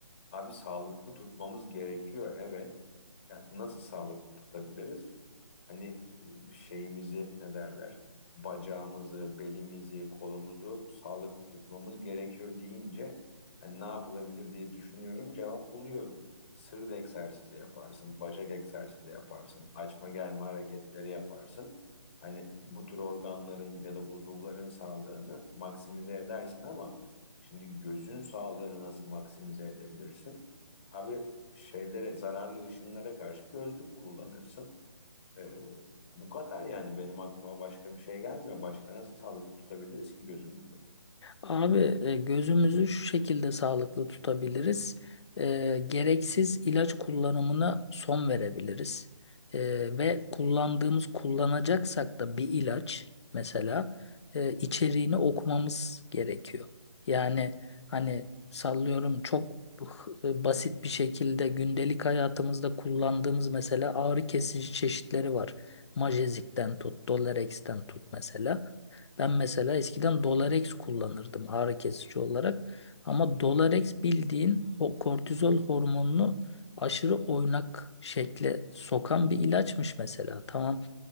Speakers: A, on the left (about 20°); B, on the left (about 60°).
A: Abi sağlıklı tutmamız gerekiyor evet. Yani nasıl sağlıklı tutabiliriz? hani e, şeyimizi ne derler bacağımızı, belimizi, kolumuzu sağlıklı tutmamız gerekiyor deyince hani ne yapılabilir diye düşünüyorum. Cevap buluyorum. Sırt egzersizi yaparsın, bacak egzersizi yaparsın, açma germe hareketleri yaparsın. Hani bu tür organların ya da uzuvların sağlığını maksimize edersin ama şimdi gözün sağlığını nasıl maksimize edebilirsin? Abi şeylere, zararlı ışınlara karşı gözlük kullanırsın. Ee, bu kadar yani benim aklıma başka bir şey gelmiyor. Başka nasıl sağlıklı tutabiliriz ki gözümüzü?
B: Abi e, gözümüzü şu şekilde sağlıklı tutabiliriz. E, gereksiz ilaç kullanımına son verebiliriz. E, ve kullandığımız kullanacaksak da bir ilaç mesela e, içeriğini okumamız gerekiyor. Yani hani sallıyorum çok h- e, basit bir şekilde gündelik hayatımızda kullandığımız mesela ağrı kesici çeşitleri var. Majezik'ten tut, Dolerex'ten tut mesela. Ben mesela eskiden Dolarex kullanırdım ağrı kesici olarak. Ama Dolarex bildiğin ho- kortizol hormonunu aşırı oynak şekle sokan bir ilaçmış mesela. Tamam